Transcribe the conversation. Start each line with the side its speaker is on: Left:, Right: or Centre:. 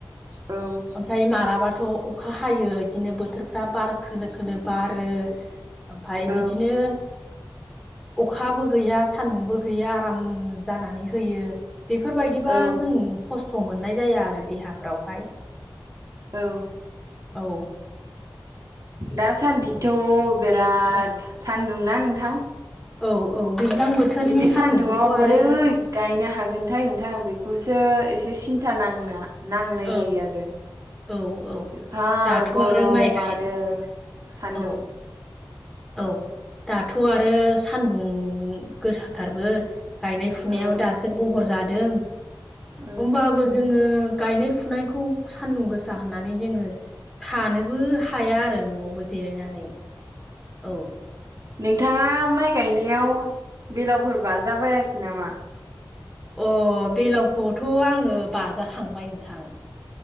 Right: औ
Centre: ओमफ्राय मालाबा थ' अखा हायो इदिनो बोथोरफ्रा बार खोलो खोलो बारो ओमफाय
Right: औ
Centre: बिदिनो अखाबो गैया सान्दुंबो गैया आराम जानानै होयो बेफोरबायदिबा
Right: औ
Centre: जों खस्थ' मोननाय जाया आरो देहाफ्रावहाय
Right: औ
Centre: औ
Right: दासान्दिथ' बिराद
Centre: औ
Right: सान्दुंना नोंथां
Centre: औ औ दैज्लां बोथोरनि
Right: बिदि सान्दुंआव
Centre: सान्दुंखौथ'
Right: बोरै
Centre: आरो
Right: गायनो हागोनथाय नोंथां बेखौ सो एसे सिन्था नांना नांनाय
Centre: औ
Right: जायो आरो
Centre: औ औ
Right: एफा
Centre: दाथ'
Right: गरम
Centre: आरो माइ गाय
Right: आरो सान्दुं
Centre: औ औ दाथ' आरो सान्दुं गोसाथारबो गायनाय फुनायाबो
Right: औ
Centre: दासो बहर जादों
Right: औ
Centre: होमबाबो जोङो गायनाय फुनायखौ सान्दुं गोसा होननानै जोङो थानोबो हाया आरो न'आव बो जिरायनानै औ
Right: नोंथाङा माइ गायनायाव बेलावफोर बाजाबायाखै नामा
Centre: अ बेलावखौथ' आङो बाजाखांबाय नोंथां